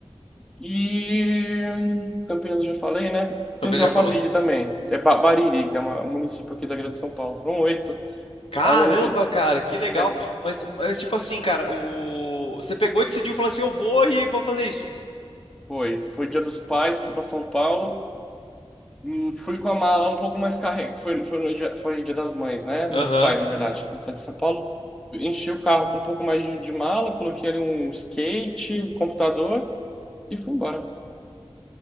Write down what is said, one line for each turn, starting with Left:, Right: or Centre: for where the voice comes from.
Centre: e Campinas eu já falei, né?
Left: Também
Centre: Teve
Left: já
Centre: Alphaville
Left: falou.
Centre: também. É Ba- Bariri, que é uma- um município aqui da Grande São Paulo. Foram oito
Left: Caramba,
Centre: ao longo de
Left: cara, que
Centre: É,
Left: legal. Mas, mas tipo assim, cara, o... você pegou e decidiu, falou assim, eu vou e vou fazer isso.
Centre: Foi, foi Dia dos Pais, fui para São Paulo. Hum, Fui com a mala um pouco mais carregada. Foi, foi, no dia, foi Dia das Mães, né?
Left: Aham.
Centre: Dia dos Pais,
Left: <laughs>
Centre: na verdade, na cidade de São Paulo. Enchi o carro com um pouco mais de, de mala, coloquei ali um skate, um computador e fui embora.